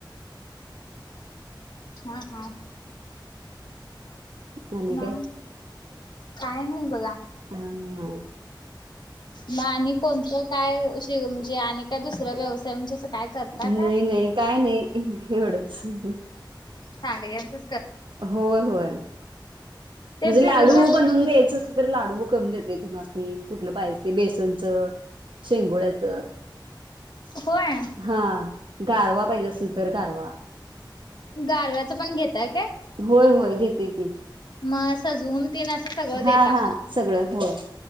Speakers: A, on the left; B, on the right.
A: हम हां
B: आणि
A: ना
B: काय
A: काय नाही बघा
B: हम
A: म आणि कोणतं काय म्हे आणि काय दुसरा व्यवसाय म्हणजे काय करता
B: नाही नाही काय नाही एवढं ह
A: सांड्यांचं
B: होय होय
A: ते
B: म्हणजे
A: भिजत
B: लाडू
A: घातले
B: बनवून द्यायचं असल तर लाडू करून देते तुम्हासनी कुठलं पाहिजे ते. बेसनचं, शेंगोळ्याचं
A: होय
B: हा गारवा पाहिजे असेल तर? गारवा
A: गारव्याचंपण घेताय काय?
B: होय होय घेते की.
A: म सजवून तीन असं सगळं
B: हा
A: देता
B: हा सगळं. होय.